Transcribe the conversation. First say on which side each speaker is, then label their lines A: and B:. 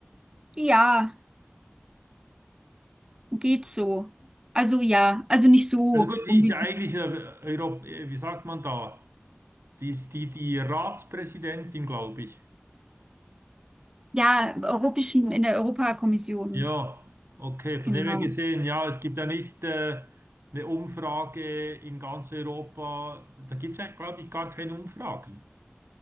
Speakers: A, on the right (about 20°); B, on the right (about 70°).
A: ja. Geht so. Also ja, also nicht so
B: Also gut, die
A: unbedingt.
B: ist ja eigentlich, äh, Europ- äh, wie sagt man da? Die ist die, die Ratspräsidentin, glaube ich.
A: Ja, europäischen, in der Europakommission.
B: Ja, okay. Von
A: Genau.
B: dem her gesehen, ja, es gibt ja nicht äh, eine Umfrage in ganz Europa. Da gibt es ja, glaube ich, gar keine Umfragen.